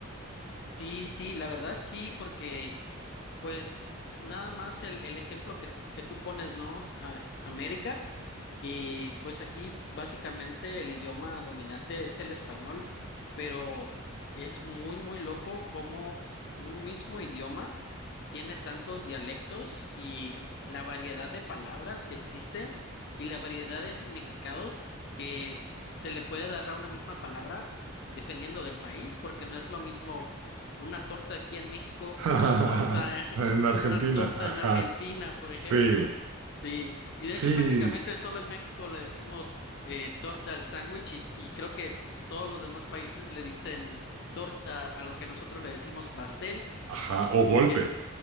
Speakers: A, on the left (about 55°); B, on the right (about 80°).
A: Sí, sí, la verdad sí, porque Pues nada más el, el ejemplo que, que tú pones, ¿no? A- América. Y pues aquí básicamente el idioma dominante es el español, pero es muy, muy loco cómo un mismo idioma tiene tantos dialectos y la variedad de palabras que existen y la variedad de significados que se le puede dar a una misma palabra dependiendo del país, porque no es lo mismo una torta aquí en México
B: <laughs>
A: que una torta, <laughs>
B: en Argentina,
A: una torta
B: ajá,
A: en Argentina, por
B: sí,
A: ejemplo. Sí, y de
B: sí,
A: hecho, prácticamente solo en México le decimos eh, torta al sándwich y, y creo que todos los demás países le dicen torta a lo que nosotros le decimos pastel.
B: ajá, o golpe.
A: Y, eh,